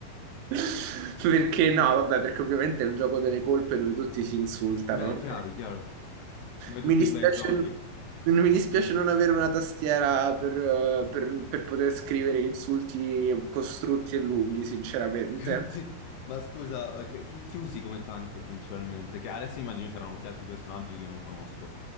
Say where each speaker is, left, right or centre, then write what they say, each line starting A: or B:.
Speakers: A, on the right (about 85°); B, on the left (about 80°).
A: <laughs> Perché no, vabbè, perché ovviamente è il gioco delle colpe dove tutti si insultano.
B: <laughs> Beh, chiaro, chiaro, come
A: Mi
B: tutti
A: dispiace,
B: i bei giochi.
A: mi dispiace non avere una tastiera per, eh, per per poter scrivere insulti costrutti e lunghi, sinceramente.
B: <laughs> Ti- Ma scusa, eh, che- chi, chi usi come tank principalmente? Che adesso immagino ci saranno tutti altri personaggi che non conosco,